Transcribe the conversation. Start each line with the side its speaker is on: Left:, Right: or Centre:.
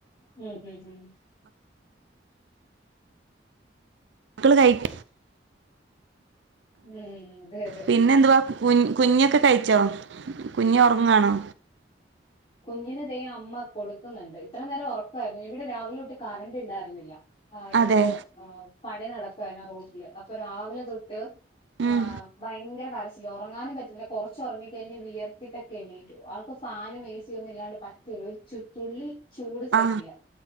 Left: ഉം ഉം ഉം
Right: മക്കള് കഴി -
Left: ഉം അതെ അതെ
Right: പിന്നെ എന്തുവാ കു കുഞ്ഞൊക്കെ കഴിച്ചോ കുഞ്ഞ് ഒറങ്ങാണോ
Left: കുഞ്ഞിനെ ദേ അമ്മ കൊടുക്കുന്നുണ്ട് ഇത്ര നേരം ഒ ഒറക്കാരുന്നു ഇവിടെ രാവിലെ തൊട്ട് കറണ്ട് ഉണ്ടായിരുന്നില്ല ആ എന്തോ
Right: അതെ
Left: ആ പണി നടക്കുവായിരുന്നു ആ റോഡില് അപ്പൊ രാവിലെ തൊട്ട്, -
Right: ഉം
Left: ആ ഭയങ്കര കരച്ചി- ലും ഒറങ്ങാനും പറ്റില്ല കൊറച്ച് ഒറങ്ങി കഴിഞ്ഞ് വിയർത്തിട്ടൊക്ക എണീറ്റു ആൾക്ക് ഫാനും ഏസി- ഒന്നും ഇല്ലാണ്ട് പറ്റൂല്ല ഒരു ചു തുള്ളി ചൂട് സഹിക്കില്ല
Right: ആ